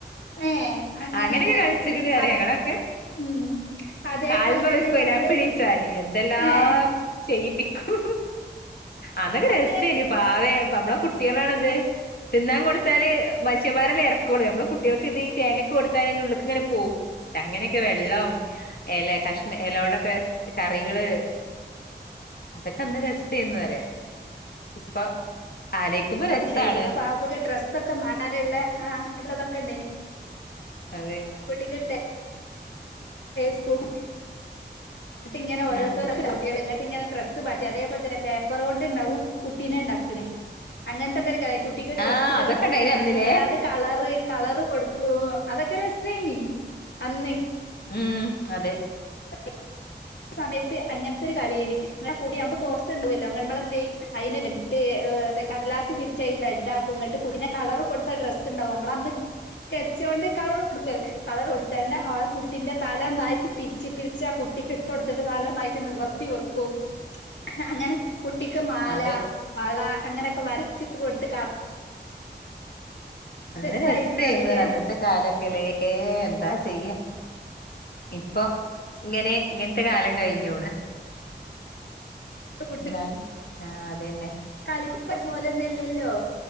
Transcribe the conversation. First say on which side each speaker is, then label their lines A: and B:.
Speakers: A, on the left; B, on the left.
A: ഏഹ് അങ്ങനെല്ലേ
B: അങ്ങനെയൊക്കെ കഴിച്ചിക്കണറ
A: അത്
B: അങ്ങനൊക്കെ
A: ഉം അതേപോൽ
B: കാൽമ
A: തന്നെ
B: വെക്കുനപ്പഴീച്ചാന്
A: ഞമ്മള്
B: എന്തെല്ലാം
A: ഏഹ്
B: ചെയ്പ്പിക്കൂ അന്നൊക്കെ
A: അതേ
B: രസമായിന് പാവേ നമ്മളെ കുട്ടികളാണത് തിന്നാൻ കൊടുത്താല് മനുഷ്യമാര് ഇറക്കുള്ളൂ നമ്മളെ കുട്ടികൾക്ക് ഇത് ഈ തേങ്ങ കൊടുത്ത ഉള്ളുക്ക് ഇങ്ങനെ പോവും അങ്ങനെയൊക്കെ വെള്ളം ഇല കഷണ ഇലോണ്ടൊക്കെ കറികള് അതൊക്കെ അന്ന് രസ്റ്റ് ചെയ്യന്ന് പറയാ ഇപ്പൊ ആലോയിക്കുമ്പോ രസാണ്
A: യിരുന്നു അപ്പൊ ആ കു ഡ്രസ്സൊക്കെ മാറാനുള്ള ആ ഉള്ളതൊക്കെ ഉണ്ടേനു
B: അതെ
A: പാവകുട്ടിക് സ്കൂട്ട എന്ന ഇങ്ങനെ ഓരോത്തട്ടിക
B: ആഹ്
A: <unintelligible> ട്ട് ഇങ്ങനെ ഡ്രസ്സ് മാറ്റി അതേപോലെ തന്നെ പേപ്പർ കൊണ്ട് ഉണ്ടാവും കുട്ടിനെ ഉണ്ടാക്കണേ അങ്ങനത്തെൊക്കെ ഒരു കള കുട്ടിക്ക് ഡ്രസ്സ്
B: ആഹ്
A: പേപ്പറ
B: അതൊക്കെ
A: കൊണ്ട്
B: ഇണ്ടായിനി
A: ഉണ്ടാക്കും
B: അന്ന്ലേ
A: കേട്ട് അത് കളറ് കളർ കൊടുക്കും അതൊക്കെ രസമായിനി അന്ന്
B: ഉം അതെ
A: <inaudible> സമയത്ത് അങ്ങനത്തെ ഒരു കളിന് ഇങ്ങളുടെ കട്ടിമ്മുമ്പ് ബോക്സ് ഉണ്ടല്ലോ അങ്ങമ്മള എന്ത അയിന് ബ് ആ കടലാസി പിരിച്ച ബെഡ് ആക്കും എന്നിട്ട് കുട്ടിടെ കളർ കൊടു ഡ്രസ്സ് ഉണ്ടാാവും നമ്മൾ അന്ന് സ്കെച്ച് കൊണ്ട് കളർ കൊടുക്കല്ല കളർ കൊടുത്തണ്ട് ആ കുട്ടിന്റെ തലൊന്നായിട്ട് പിരിച്ച് പിരിച്ച് ആ കുട്ടിക്ക് ഇട്ട കൊടുത്തിട്ട് തലൊന്നായിട്ട് നിവർത്തി വെക്കും അങ്ങനെ കുട്ടിക്ക് മാല
B: അതെ
A: വള അങ്ങനെയൊക്കെ വരച്ച് കൊടുത്ത് കാണ
B: അന്ന്
A: രസായിരുന്നു
B: രസമായിന്ന്
A: അറിയൊക്കെ
B: പറ അന്നത്തെ കാലൊക്കെല്ലേ
A: ഇപ്പഴത്തെ
B: എന്താ ചെയ്യ ഇപ്പൊ ഇങ്ങനെ ഇങ്ങനത്തെ കാലം കഴിഞ്ഞൂണ്
A: കുട്ടി
B: എന്നല് ആഹ അത തന്നെ
A: കളിക്കക്കർ പോലന്നല്ലല്ലോ